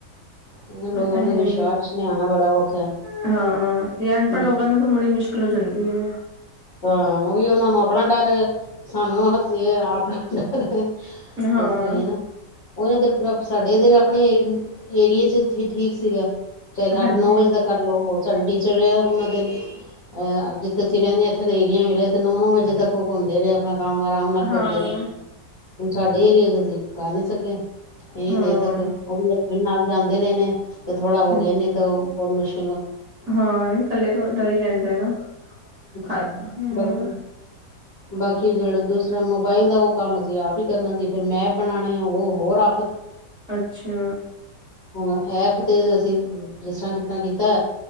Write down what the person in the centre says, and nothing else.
ਤਾਂ ਹੈ
ਹਾਂ
ਯੇਹ ਹਾਂ ਇਹ ਅਨਪੜ
ਲੋਕਾਂ ਨੂੰ ਤਾਂ ਮੁੜੀ ਮੁਸ਼ ਕਲ ਹੋ ਜਾਂਦੀ ਐ।
ਹਾਂ
ਹਾਂਜੀ
ਹਾਂ
ਹਾਂ,
ਅੱਛ
ਹਾਂ ਨ ਇਕੱਲੇ ਤੋਂ ਡਰ ਹੀ ਰਹਿੰਦਾ ਨਾ।
ਖਾ ਹੂੰ।
ਅੱਛਾ